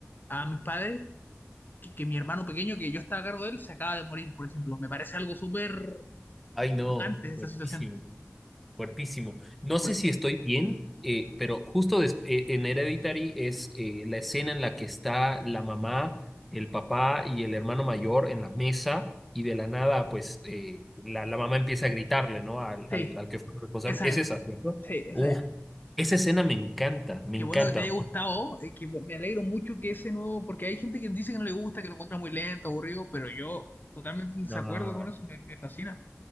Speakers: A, on the left; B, in the centre.
A: a mis padres que, que mi hermano pequeño, que yo estaba a cargo de él, se acaba de morir, por ejemplo. Me parece algo súper
B: Ay, no,
A: chocante esa
B: fuertísimo,
A: situación.
B: fuertísimo. No
A: Fuerte.
B: sé si estoy bien, eh, pero justo des- eh, en Hereditary es eh, la escena en la que está la mamá, el papá y el hermano mayor en la mesa y de la nada, pues eh, la, la mamá empieza a gritarle, ¿no? Al,
A: Sí,
B: al, al que fue responsable.
A: esa
B: Es
A: es.
B: esa, ¿cierto?
A: Sí, esa
B: Uf,
A: es.
B: esa escena me encanta, me
A: Qué
B: encanta.
A: bueno que te haya gustado, eh, que me alegro mucho que ese nuevo, porque hay gente que dice que no le gusta, que lo encuentra muy lento, aburrido, pero yo totalmente en
B: No.
A: desacuerdo con eso, me, me fascina.